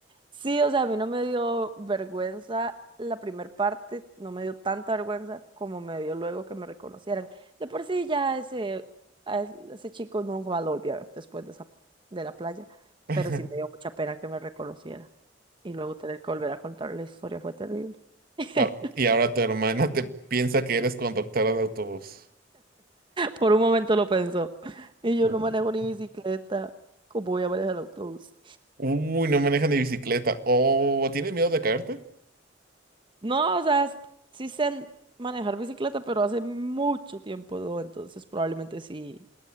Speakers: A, on the right; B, on the right.
A: Sí, o sea, a mí no me dio vergüenza la primer parte, no me dio tanta vergüenza como me dio luego que me reconocieran. De por sí ya ese, a ese chico no va a lo volví a ver después de esa, de la playa,
B: <laughs>
A: pero sí me dio mucha pena que me reconociera. Y luego tener que volver a contar la historia fue terrible. <laughs>
B: Ahora- Y ahora tu hermana te piensa que eres conductora de autobús.
A: Por un momento lo pensó. Y yo
B: U-
A: no manejo ni bicicleta, ¿cómo voy a manejar el autobús?
B: Uy, no maneja ni bicicleta. Oh, ¿tienes miedo de caerte?
A: No, o sea, sí sé manejar bicicleta, pero hace mucho tiempo no, entonces probablemente sí